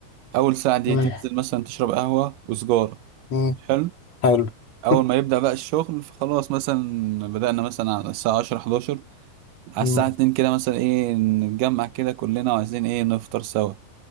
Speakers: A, on the right (about 75°); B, on the left (about 45°).
A: اول ساعة دي
B: امم
A: تنزل مثلا تشرب قهوة وسجارة
B: أمم.
A: حلو
B: حلو
A: اول
B: <laughs>
A: ما يبدأ بقى الشغل فخلاص مثلا بدأنا مثلا على الساعة 10 11 على
B: امم
A: الساعة 2 كده مثلا ايه نتجمع كده كلنا وعايزين ايه نفطر سوا